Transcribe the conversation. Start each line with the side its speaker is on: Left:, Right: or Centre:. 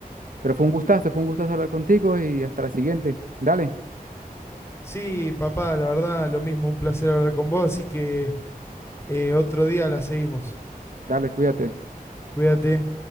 Right: Pero fue un gustazo, fue un gustazo hablar contigo y hasta la siguiente. Dale,
Left: Sí, papá, la verdad, lo mismo, un placer hablar con vos, así que eh, otro día la seguimos.
Right: dale, cuídate.
Left: Cuídate.